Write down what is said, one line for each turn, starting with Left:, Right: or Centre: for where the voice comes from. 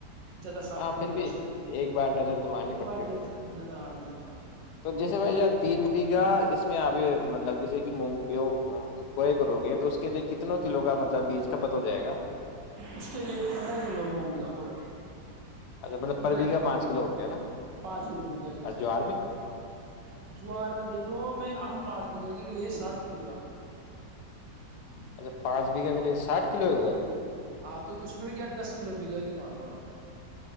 Right: زیادہ صاف
Left: ہاں
Right: کرنے
Left: پھر
Right: کی آوشکتا
Left: بھی
Right: نہیں رہتے
Left: ایک بار نظر تو مارنی
Right: ایک
Left: پڑتی
Right: بار
Left: ہوگی
Right: دیکھ نظ نظر ارا
Left: تو جیسے بھائی یار تین بیگھا اس میں آپ مطلب جیسے کہ مون گوئے کرو گے تو اس کے لیے کتنا کلو کا مطلب بیج کھپت ہو جائے گا
Right: اس کے لیے پندرہ کلو مونگا ہوگا
Left: اچھا مطلب
Right: پندرہ
Left: پر بیگھا
Right: کلو
Left: پانچ ہو گیا نا
Right: پانچ کلو بیگہ کے
Left: اور
Right: حساب
Left: جوار
Right: سے
Left: میں
Right: ڈالتے ہیں جوار میں دیکھ لو میں ہم پانچ بیگھہ کے لیے ساٹھ کلو جوار لے کے آئے تھے
Left: اچھا پانچ بیگا کے لیے ساٹھ کلو ہو گاھر
Right: ہاں تو اس میں بھی کیا دس کلو بگا کے مان لو آپ